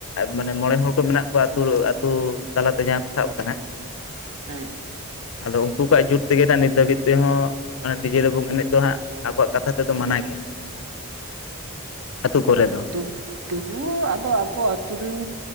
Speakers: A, on the left (about 60°); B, on the right (about 70°).
A: ᱢᱟᱱᱮ ᱢᱚᱬᱮ ᱦᱚᱲ ᱠᱚ ᱢᱮᱱᱟᱜ ᱠᱚᱣᱟ ᱟᱹᱛᱩ ᱟᱹᱛᱩ ᱛᱟᱞᱟᱛᱮ ᱡᱟᱦᱟᱸ ᱠᱚ ᱥᱟᱵ ᱟᱠᱟᱱᱟ᱾
B: ᱦᱮᱸ
A: ᱟᱫᱚ ᱩᱱᱠᱩ ᱠᱚᱣᱟᱜ ᱡᱩᱨ ᱛᱮᱜᱮ ᱱᱤᱛ ᱫᱷᱟᱹᱵᱤᱡ ᱛᱮᱦᱚᱸ ᱢᱟᱱᱮ ᱰᱤᱡᱮ ᱰᱟᱵᱩᱝ ᱮᱱᱮᱡ ᱫᱚ ᱦᱟᱸᱜ ᱟᱠᱚᱣᱟᱜ ᱠᱟᱛᱷᱟ ᱛᱮᱫᱚ ᱢᱟᱱᱟ ᱜᱮᱭᱟ᱾ ᱟᱹᱛᱩ ᱠᱚᱨᱮ ᱫᱚ᱾
B: ᱛᱚ ᱛᱚᱵᱩᱣᱳ ᱟᱫᱚ ᱟᱠᱚ ᱟᱹᱛᱩ ᱨᱮᱱ